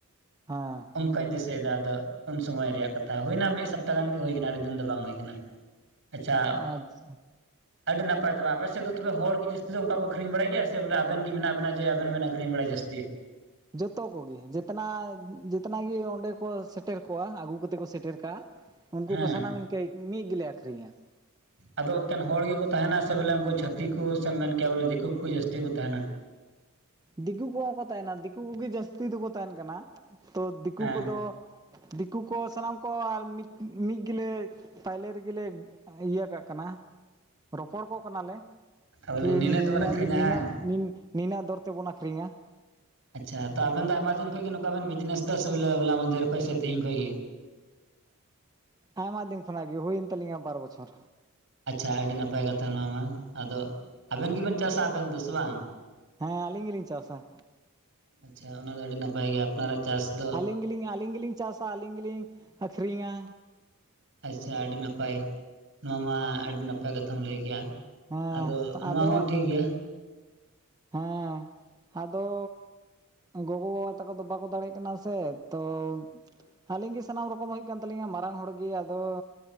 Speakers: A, on the right; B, on the right.
A: ᱦᱚᱸ,
B: ᱚᱱᱠᱟᱹᱧ ᱫᱤᱥᱟᱹᱭᱟ ᱟᱫᱚ, ᱩᱱ ᱥᱚᱢᱚᱭ ᱨᱮᱭᱟᱜ ᱠᱟᱛᱷᱟ ᱦᱩᱭᱱᱟ ᱢᱤᱫ ᱥᱚᱯᱛᱟᱦ ᱜᱟᱱ ᱜᱮ ᱦᱩᱭ ᱠᱟᱱᱟ ᱟᱹᱰᱤ ᱫᱤᱱ ᱫᱚ ᱵᱟᱝ ᱦᱩᱭ ᱠᱟᱱᱟ᱾ ᱟᱪᱪᱷᱟ,
A: ᱟᱪᱪᱷᱟ
B: ᱟᱹᱰᱤ ᱱᱟᱯᱟᱭ ᱛᱚᱵᱮ ᱟᱯᱮ ᱥᱮᱫ ᱫᱚ ᱛᱚᱵᱮ ᱦᱚᱲ ᱜᱮ ᱡᱟᱹᱥᱛᱤ ᱫᱚ ᱚᱱᱠᱟ ᱠᱚ ᱟᱹᱠᱷᱤᱧ ᱵᱟᱲᱟᱭ ᱜᱮ ᱥᱮ ᱵᱚᱞᱮ ᱟᱵᱮᱱ ᱜᱮ ᱢᱮᱱᱟᱜ ᱵᱮᱱᱟ ᱡᱮ ᱟᱵᱮᱱ ᱵᱮᱱ, ᱟᱹᱠᱷᱨᱤᱧ ᱵᱟᱲᱟᱭ ᱡᱟᱹᱥᱛᱤ᱾
A: ᱡᱚᱛᱚ ᱠᱚᱜᱮ ᱡᱮᱛᱱᱟ ᱡᱮᱛᱱᱟᱜ ᱜᱮ ᱚᱸᱰᱮ ᱠᱚ ᱥᱮᱴᱮᱨ ᱠᱚᱜᱼᱟ ᱟᱹᱜᱩ ᱠᱟᱛᱮᱫ ᱠᱚ ᱥᱮᱴᱮᱨ ᱠᱟᱜᱼᱟ᱾ ᱩᱱᱠᱩ
B: ᱦᱮᱸ
A: ᱠᱚ ᱥᱟᱱᱟᱢ ᱤᱱᱠᱟᱹ ᱢᱤᱫ ᱜᱮᱞᱮ ᱟᱠᱷᱨᱤᱧᱟ᱾
B: ᱟᱫᱚ ᱮᱠᱮᱱ ᱦᱚᱲ ᱜᱮᱠᱚ ᱛᱟᱦᱮᱸᱱᱟ ᱥᱮ ᱵᱚᱞᱮ ᱩᱱᱠᱩ ᱪᱷᱟᱹᱛᱤᱠ ᱠᱚ ᱥᱮᱢ ᱢᱮᱱ ᱠᱮᱭᱟ ᱵᱚᱞᱮ ᱫᱤᱠᱩ ᱠᱚ ᱡᱟᱹᱥᱛᱤ ᱠᱚ ᱛᱟᱦᱮᱸᱱᱟ
A: ᱫᱤᱠᱩ ᱠᱚᱦᱚᱸ ᱠᱚ ᱛᱟᱦᱮᱱᱟ ᱫᱤᱠᱩ ᱠᱚᱜᱮ ᱡᱟᱹᱥᱛᱤ ᱫᱚᱠᱚ ᱛᱟᱦᱮᱸᱱ ᱠᱟᱱᱟ ᱛᱚ ᱫᱤᱠᱩ
B: ᱦᱮᱸ
A: ᱠᱚᱫᱚ, ᱫᱤᱠᱩ ᱠᱚ ᱥᱟᱱᱟᱢ ᱠᱚ ᱟᱨ ᱢᱤᱫ ᱢᱤᱫ ᱜᱮᱞᱮ ᱯᱟᱭᱞᱮ ᱨᱮᱜᱮᱞᱮ, ᱤᱭᱟᱹ ᱠᱟᱜ ᱠᱟᱱᱟ ᱨᱚᱯᱚᱲ ᱠᱚᱜ ᱠᱟᱱᱟᱞᱮ
B: ᱵᱚᱞᱮ
A: ᱠᱤ
B: ᱱᱤᱱᱟᱹᱜ
A: ᱱᱤᱭᱟᱹ
B: ᱛᱮᱵᱚᱱ ᱟᱹᱠᱷᱨᱤᱧᱟ
A: ᱜᱮ ᱱᱤᱱᱟᱹᱜ
B: ᱦᱟᱝ
A: ᱱᱤᱱ ᱱᱤᱱᱟᱹᱜ ᱫᱚᱨ ᱛᱮᱵᱚᱱ ᱟᱹᱠᱷᱨᱤᱧᱟ,
B: ᱟᱪᱪᱷᱟ ᱛᱚ ᱟᱵᱮᱱ ᱫᱚ ᱟᱭᱢᱟ ᱫᱤᱱ ᱠᱷᱚᱱ ᱜᱮ ᱱᱚᱝᱠᱟ ᱵᱮᱱ ᱵᱤᱡᱽᱱᱮᱥ ᱫᱟ ᱥᱮ ᱵᱚᱞᱮ ᱦᱚᱞᱟ ᱢᱟᱫᱮᱨ ᱠᱷᱚᱱ ᱥᱮ ᱛᱤᱦᱤᱧ ᱠᱷᱚᱡ ᱜᱮ,
A: ᱟᱭᱢᱟ ᱫᱤᱱ ᱠᱷᱚᱱᱟᱜ ᱜᱮ ᱦᱩᱭᱮᱱ ᱛᱟᱹᱞᱤᱧᱟ ᱵᱟᱨ ᱵᱚᱪᱷᱚᱨ,
B: ᱟᱪᱪᱷᱟ ᱟᱹᱰᱤ ᱱᱟᱯᱟᱭ ᱠᱟᱛᱷᱟ ᱱᱚᱣᱟ ᱢᱟ ᱟᱫᱚ ᱟᱵᱮᱱ ᱜᱮᱵᱮᱱ ᱪᱟᱥᱟ ᱟᱵᱮᱱ ᱫᱚ ᱥᱮ ᱵᱟᱝ,
A: ᱦᱮᱸ ᱟᱹᱞᱤᱧ ᱜᱮᱞᱤᱧ ᱪᱟᱥᱟ,
B: ᱟᱪᱪᱷᱟ ᱚᱱᱟ ᱫᱚ ᱟᱹᱰᱤ ᱱᱟᱯᱟᱭ ᱜᱮᱭᱟ, ᱚᱱᱟ ᱨᱮᱭᱟᱜ ᱪᱟᱥ ᱫᱚ
A: ᱟᱹᱞᱤᱧ ᱜᱮᱞᱤᱧ ᱟᱹᱞᱤᱧ ᱜᱮᱞᱤᱧ ᱪᱟᱥᱟ ᱟᱹᱞᱤᱧ ᱜᱮᱞᱤᱧ ᱟᱹᱠᱷᱨᱤᱧᱟ,
B: ᱟᱪᱪᱷᱟ ᱟᱹᱰᱤ ᱱᱟᱯᱟᱭ ᱱᱚᱣᱟ ᱢᱟ ᱟᱹᱰᱤ ᱱᱟᱯᱟᱭ ᱠᱟᱛᱷᱟᱢ ᱞᱟᱹᱭ ᱠᱮᱜᱼᱟ,
A: ᱦᱮᱸ
B: ᱟᱫᱚ ᱱᱚᱣᱟ
A: ᱟᱫᱚ
B: ᱦᱚᱸ ᱴᱷᱤᱠ ᱜᱮᱭᱟ,
A: ᱦᱮᱸ ᱟᱫᱚ, ᱜᱚᱜᱚ ᱵᱟᱵᱟ ᱛᱟᱠᱚ ᱫᱚ ᱵᱟᱠᱚ ᱫᱟᱲᱮᱭᱟᱜ ᱠᱟᱱᱟ ᱥᱮ ᱛᱚ, ᱟᱹᱞᱤᱧ ᱜᱮ ᱥᱟᱱᱟᱢ ᱨᱚᱠᱚᱢ ᱦᱩᱭᱩᱜ ᱠᱟᱱ ᱛᱟᱹᱞᱤᱧᱟ ᱢᱟᱨᱟᱝ ᱦᱚᱲᱜᱮ ᱟᱫᱚ,